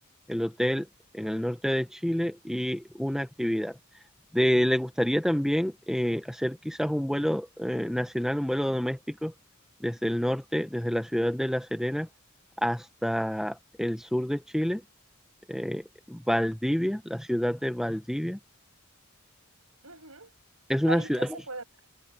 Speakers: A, in the centre; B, on the right.
A: el hotel en el norte de Chile y una actividad. De- ¿le gustaría también eh, hacer quizás un vuelo eh, nacional, un vuelo doméstico desde el norte, desde la ciudad de La Serena hasta el sur de Chile, eh, Valdivia, la ciudad de Valdivia?
B: Ujú.
A: Es una
B: Ahí
A: ciudad
B: qué se puede. ver?